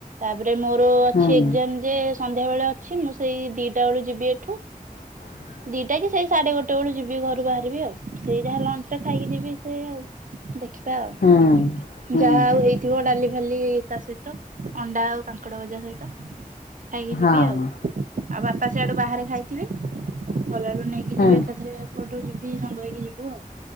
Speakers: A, on the right (about 65°); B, on the left (about 85°).
A: ତାପରେ ମୋର ଅଛି
B: ହୁଁ
A: ଏଗ୍ଜାମ ଯେ ସନ୍ଧ୍ୟା ବେଳେ ଅଛି ମୁଁ ସେଇ ଦିଟା ବେଳୁ ଯିବି ଏଠୁ।
B: ହଁ <inaudible>
A: ଦିଟା କି ସେଇ ସାଢେ ଗୋଟେ ବେଳୁ ଯିବି ଘରୁ ବାହାରିବି ଆଉ ସେଇ ଯାହା ଲଞ୍ଚ ରେ ଖାଇକି ଯିବି ସେଇ ଆଉ। ଦେଖିବା ଆଉ
B: ହୁଁ ହୁଁ।
A: ଯାହା ଆଉ ହେଇ ଥିବ ଡାଲି ଫାଲି ତା ସହିତ ଅଣ୍ଡା ଆଉ କାଙ୍କଡ ଭଜା ସହିତ। ଖାଇକି
B: ହଁ
A: ଯିବି ଆଉ ଆଉ ବାପା ସେଆଡୁ ବାହାରେ ଖାଇଥିବେ ଗଲାବେେଳୁ ନେଇକି
B: ହୁଁ
A: ଯିବେ ଏକାଥରେ ଏପଟୁ ଯିବି ସାଙ୍ଗ ହେଇକି ଯିବୁ ଆଉ।